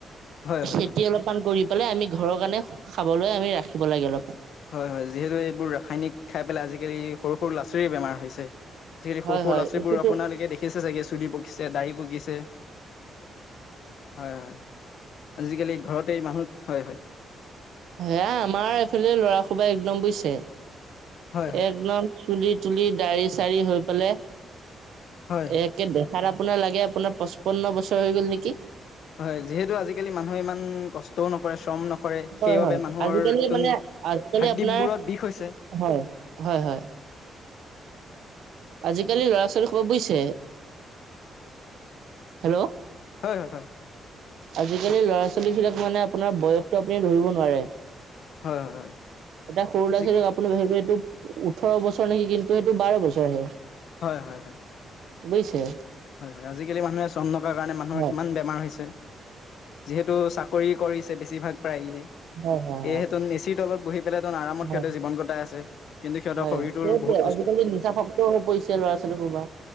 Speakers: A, on the left; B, on the right.
A: হয় হয় হয়
B: খেতি অলপমান কৰি পেলাই আমি ঘৰৰ কাৰণে খাবলৈ আমি ৰাখিব লাগে অলপমান।
A: হয়, হয় যিহেতু এইবোৰ ৰাসায়নিক খাই পেলাই আজিকালি সৰু সৰু ল'ৰা ছোৱালীৰ বেমাৰ হৈছে। আজিকালি
B: হয়
A: সৰু সৰু
B: হয়
A: ল'ৰাছোৱালীবোৰ
B: এইটোতো
A: আপোনালোকে দেখিছে চাগে চুলি পকিছে ডাড়ি পকিছে। হয়, হয় আজিকালি ঘৰতে মানুহত হয়, হয়।
B: হেয়া আমাৰ এইফালে ল'ৰা সবাই একদম বুইছে
A: হয় হয়
B: একদম চুলিত চুলি দাড়ি চাড়ি হৈ পেলাই
A: হয় হয়
B: একে দে। তাৰ আপোনাৰ লাগে আপোনাৰ পঁচপন্ন বছৰ হৈ গ'ল নেকি।
A: হয়, যিহেতু আজিকালি মানুহে ইমান কষ্টও নকৰে, শ্ৰম নকৰে কৰে
B: হয়
A: সেইবাবে
B: হয়
A: মানুহৰ
B: আজিকালি
A: টোন
B: মানে আজিকালি
A: হাৰদ্বীপবোৰত
B: আপোনাৰ
A: বিষ হৈছে।
B: হয়, হয়, হয়।
A: <inaudible>
B: আজিকালি ল'ৰা-ছোৱালী খুব বুইছে, হেল্ল'
A: হয় হয় হয়
B: আজিকালি ল'ৰা। ছলী বিলাক মানে আপোনাৰ বয়সটো আপুনি ধৰিব নোৱাৰে।
A: হয় হয় হয়।
B: এটা সৰু ল'ৰা
A: যি
B: ছোৱালীক আপুনি ভাবিব এইটো ওঠৰ বছৰ নেকি, কিন্তু সেইটো বাৰ বছৰহে।
A: হয় হয় হয়।
B: বুইছে।
A: হয় হয় আজিকালি মানুহে চম নকাৰ কাৰণে মানুহৰ
B: হয়
A: কিমান বেমাৰ হৈছে। যিহেতু চাকৰি কৰিছে বেছিভাগ প্ৰায়য়ে।
B: হয় হয়
A: এহে তন এচিৰ তলত বহি পেলাই তন আৰামত
B: হয়
A: সিহঁতে জীৱন কটাই আছে। কিন্তু সিহঁৰ
B: হয়
A: শৰীৰটোৰ
B: হয় সেইটোৱে
A: বহুত ক
B: আজিকালি নিজা শক্ত হৈ পৰিছে ল'ৰা ছোৱালী সোবা।